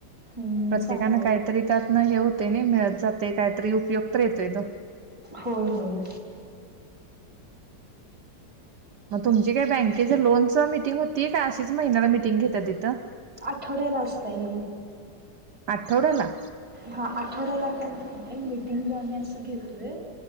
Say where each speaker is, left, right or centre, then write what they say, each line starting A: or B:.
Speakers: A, on the right; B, on the right.
A: हम्म
B: प्रत्येकानं
A: चांगलं आहे
B: काहीतरी त्यातनं हे होते नाही मिळत जाते काहीतरी उपयोग तर येतोय तो.
A: हो होया.
B: म तुमची काही बँकेच्या लोनचा मिटिंग होती का अशीच महिन्याला मिटिंग घेत्या तिथं?
A: आठवड्याला असतय हे.
B: आठवड्याला
A: हा आठवड्याला त्यां एक मीटिंग आम्ही असं घेतोय.